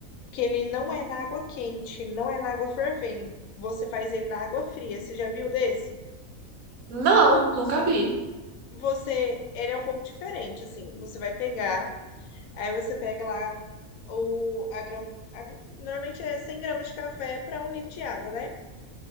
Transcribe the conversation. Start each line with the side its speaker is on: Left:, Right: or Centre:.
Left: que ele não é na água quente, não é na água fervendo. Você faz ele na água fria. Você já viu desse?
Right: não, nunca vi.
Left: Você, ele é um pouco diferente, assim. Você vai pegar Aí você pega lá o, a grama. a- normalmente é 100 gramas de café para um litro de água, né?